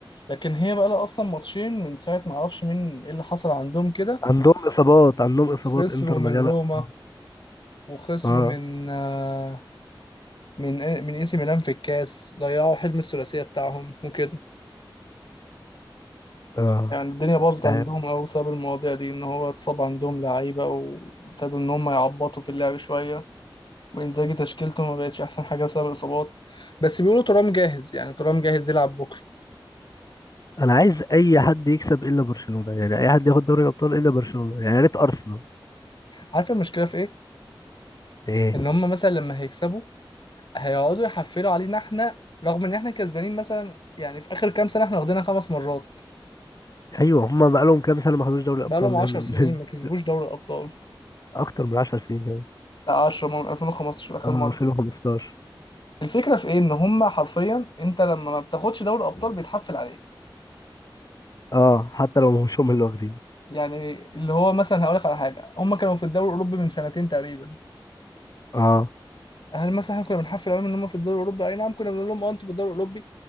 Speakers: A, on the left; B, on the left.
A: لكن هي بقى لها اصلا ماتشين من ساعه ما اعرفش مين ايه اللي حصل عندهم كده
B: عندهم اصابات عندهم اصابات
A: خسروا
B: انتر
A: من
B: مليانة
A: روما
B: إصابات.
A: وخسروا
B: اه
A: من آه، من إيه، من اي سي ميلان في الكاس ضيعوا حلم الثلاثيه بتاعهم وكده
B: اه
A: يعني الدنيا باظت
B: مش
A: عندهم
B: عارف
A: أوي بسبب المواضيع دي إن هو اتصاب عندهم لعيبة وابتدوا إن هم يعبطوا في اللعب شوية وإنزاجي تشكيلته ما بقتش أحسن حاجة بسبب الإصابات بس بيقولوا ترام جاهز يعني ترام جاهز يلعب بكرة
B: انا عايز اي حد يكسب الا برشلونه يعني اي حد ياخد دوري الابطال الا برشلونه يعني يا ريت ارسنال
A: عارف المشكلة في إيه؟
B: ايه
A: إن هم مثلا لما هيكسبوا هيقعدوا يحفلوا علينا إحنا رغم إن إحنا كسبانين مثلا يعني في آخر كام سنة إحنا واخدينها خمس مرات
B: ايوه هم بقالهم كام سنه ما خدوش دوري الابطال
A: بقالهم
B: من
A: عشر سنين ما
B: <laughs>
A: كسبوش دوري الأبطال
B: اكتر من 10 سنين كمان
A: لا 10 من 2015 آخر
B: اه
A: مرة
B: 2015
A: الفكرة في إيه؟ إن هم حرفيا أنت لما ما بتاخدش دوري الأبطال بيتحفل عليك
B: اه حتى لو مش هم اللي واخدين
A: يعني اللي هو مثلا هقول لك على حاجه هم كانوا في الدوري الاوروبي من سنتين تقريبا
B: اه
A: هل مثلا احنا كنا بنحفل عليهم ان هم في الدوري الاوروبي اي نعم كنا بنقول لهم اه انتوا في الدوري الاوروبي